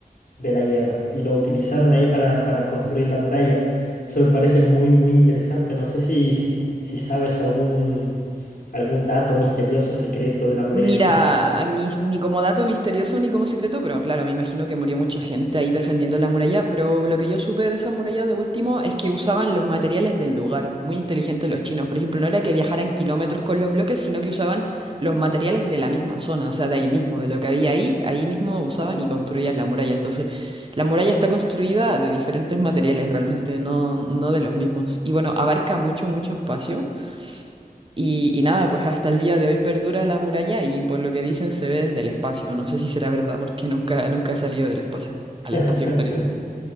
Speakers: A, on the left; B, on the right.
A: de la guerra y lo utilizaron ahí para, para construir la muralla. Eso me parece muy, muy interesante. No sé si, si, si sabes algún, algún dato misterioso, secreto de la muralla
B: Mira,
A: china.
B: ni, ni como dato misterioso ni como secreto, pero claro, me imagino que murió mucha gente ahí defendiendo la muralla, pero lo que yo supe de esa muralla de último es que usaban los materiales del lugar, muy inteligentes los chinos, por ejemplo, no era que viajaran kilómetros con los bloques, sino que usaban los materiales de la misma zona, o sea, de ahí mismo, de lo que había ahí, ahí mismo usaban y construían la muralla, entonces la muralla está construida de diferentes materiales realmente, no, no de los mismos, y bueno, abarca mucho, mucho espacio. Y, y nada, pues hasta el día de hoy perdura la muralla y por lo que dicen se ve desde el espacio. No sé si será verdad porque nunca, nunca he salido del espacio,
A: <laughs>
B: al espacio exterior.